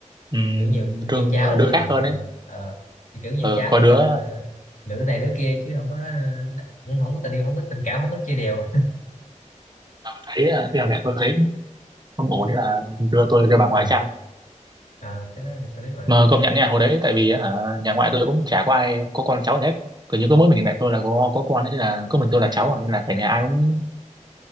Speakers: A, on the right; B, on the left.
A: ừm,
B: kiểu nhiều nhiều
A: thương
B: cháu thì
A: đứa khác hơn ấy
B: ờ, thì kiểu nhiều
A: Ờ,
B: cháu
A: có
B: mà
A: đứa
B: nên là lựa đứa này đứa kia chứ không có cũng không có tình yêu không có tình cảm không có chia đều
A: thấy à, thế là mẹ tôi thấy không ổn thế là đưa tôi cho bà ngoại
B: <laughs> ừ.
A: chăm
B: Ờ, cái đó thì tôi biết mà
A: mà công nhận nha hồi đấy tại vì á, hả, nhà ngoại tôi cũng chả có ai có con cháu gì hết cứ như có mỗi mình mẹ tôi là có có con ấy, thế là có mình
B: nên
A: tôi là
B: là
A: cháu à, nên là cả
B: ờ,
A: nhà ai
B: à,
A: cũng